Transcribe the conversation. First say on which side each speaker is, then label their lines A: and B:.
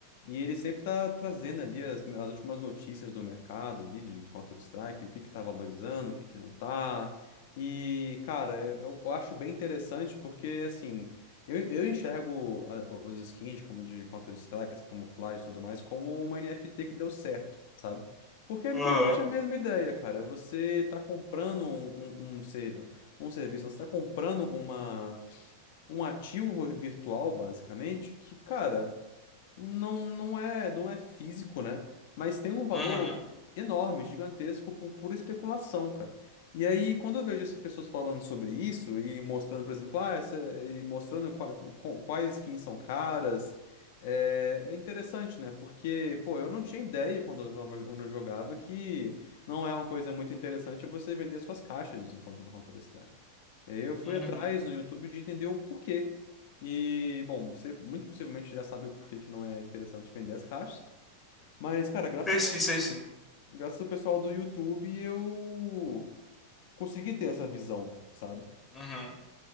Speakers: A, on the left; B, on the left.
A: E ele sempre tá trazendo ali as, as últimas notícias do mercado ali, de, do Counter-Strike, o que que tá valorizando, o que que não tá. E, cara, eu, eu acho bem interessante porque, assim, eu, eu enxergo a- os skins como de Counter-Strike, as camuflagens e tudo mais, como uma NFT que deu certo, sabe? Porque é literalmente
B: aham,
A: a mesma ideia, cara. Você tá comprando um, um, um, ser- um serviço, você tá comprando uma, um ativo virtual, basicamente, que, cara não, não é, não é físico, né? Mas tem um valor
B: uhum,
A: enorme, gigantesco, por pura especulação, cara. E aí, quando eu vejo essas pessoas falando sobre isso e mostrando, por exemplo, ah, essa, e mostrando qua- qu- quais skins são caras, é, é interessante, né? Porque, pô, eu não tinha ideia quando eu, tava, quando eu jogava que não é uma coisa muito interessante você vender suas caixas no Counter-Strike. E aí eu fui
B: uhum.
A: atrás no YouTube de entender o porquê. E, bom, você muito possivelmente já sabe o porquê que não é interessante vender as caixas. Mas, cara, graças
B: Sei sim,
A: ao,
B: sei sim.
A: graças ao pessoal do YouTube, eu consegui ter essa visão, sabe?
B: Uhum.